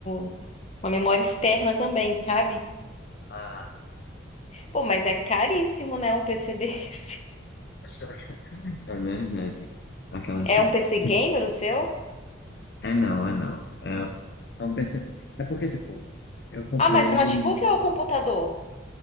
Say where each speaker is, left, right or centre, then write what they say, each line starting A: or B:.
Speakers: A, on the left; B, on the left.
A: um- uma memória externa também, sabe?
B: ah,
A: Pô, mas é caríssimo, né, um PC desse. <laughs>
B: <laughs> é verdade. Aquelas
A: É
B: que.
A: um PC gamer
B: Tipo,
A: o seu?
B: é não, é não. É, eu pensei, é porque, tipo, eu comprei.
A: Ah, mas é notebook ou computador?